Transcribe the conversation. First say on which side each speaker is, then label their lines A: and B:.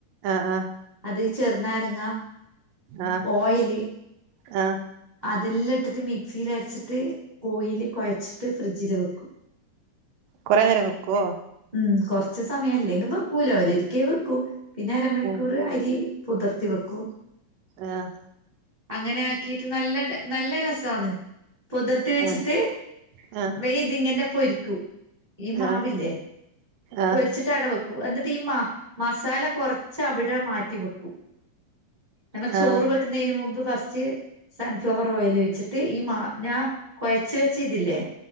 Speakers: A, on the right; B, on the right.
A: ആഹ് ആഹ്
B: അത് ചെറുനാരങ്ങ
A: ആഹ്
B: ഓയില്
A: ആഹ് ആഹ്
B: അതെല്ലാം ഇട്ടിട്ട് മിക്സിൽ അരച്ചിട്ട് കോയില് കൊഴച്ചിട്ട് ഫ്രിഡ്ജില് വെക്കും
A: കൊറെേ നേരം വെക്കോ
B: ഉം കൊറച് സമയല്ലെങ്കും വെക്കൂല ഓര് ഒരരിക്കേ വെക്കൂ പിന്നെ അരമണിക്കൂർ
A: ആഹ്
B: അരി പുതിർത്തി വെക്കൂ.
A: ആഹ്
B: അങ്ങനെ ആക്കിയിട്ട് നല്ല നല്ല രസ് സാണ് പുതിർത്തി വെച്ചിട്ട്
A: ആഹ് ആഹ്
B: വെയ്തിങ്ങെ പൊരിക്കൂ. ഈ മാവില്ലേ
A: ആഹ് ആഹ്
B: പൊരിച്ചി ട്ടാട വെക്കൂ എന്നിട്ട് ഈ മ മസാല കുറച്ച് അവിടെ മാറ്റി വെക്കൂ. നമ്മൾ
A: ആഹ്
B: ചോറ് വെക്കുന്നയ്ന് മുമ്പ് ഫസ്റ്റ്. സൺഫ്ലവർ ഓയിൽ ഒഴിച്ചിട്ട് ഈ മാ ഞാൻ കുഴച്ച വെച്ച ഇതില്ലേ.